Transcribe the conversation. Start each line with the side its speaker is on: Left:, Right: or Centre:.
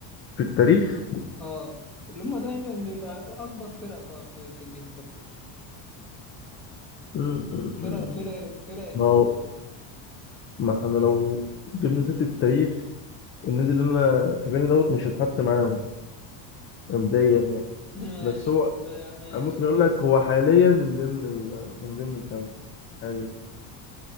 Left: في التاريخ
Centre: آه اللي هم دايما بيبقى أكبر فرقة في, في, في إنجلترا
Left: أمم، أمم،
Centre: فرق
Left: أمم.
Centre: فرق فرق التوب
Left: ما هو ما احنا لو جبنا سيرة التاريخ النادي اللي أنا في بالي دوت مش هتحط معاهم مبدئيا يعني
Centre: <laughs> ماشي
Left: بس هو
Centre: ما- ماشي
Left: أنا ممكن
Centre: ماشي
Left: أقول لك هو حاليا من ضمن ال... من ضمن الخمس حاليا